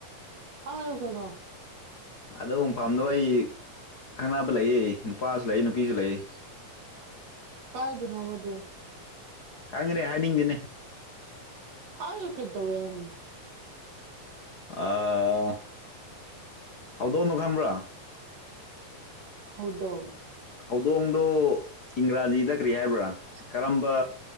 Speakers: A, on the right; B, on the left.
A: ꯍꯥꯏꯌꯣ ꯀꯩꯅꯣ
B: ꯑꯗꯣ ꯃꯐꯥꯝꯗꯣ ꯑꯩ ꯈꯪꯅꯕ ꯂꯩꯌꯦ ꯅꯨꯄꯥꯁꯨ ꯂꯩ ꯅꯨꯄꯤꯁꯨ ꯂꯩꯌꯦ
A: ꯀꯥꯏꯗ ꯅꯣꯕꯗꯣ
B: ꯈꯪꯉꯦꯅꯦ ꯍꯥꯏꯅꯤꯡꯗꯦꯅꯦ
A: ꯍꯥꯏꯌꯨ ꯀꯩꯗꯧꯋꯦ ꯍꯥꯏꯕꯅꯣ
B: ꯑꯥ ꯍꯧꯗꯣꯡꯅꯣ ꯈꯪꯕ꯭ꯔꯥ
A: ꯍꯧꯗꯣꯡ
B: ꯍꯧꯗꯣꯡꯗꯣ ꯏꯪꯒ꯭ꯔꯥꯖꯤꯗ ꯀꯔꯤ ꯍꯥꯏꯕ꯭ꯔꯥ ꯀꯔꯝꯕ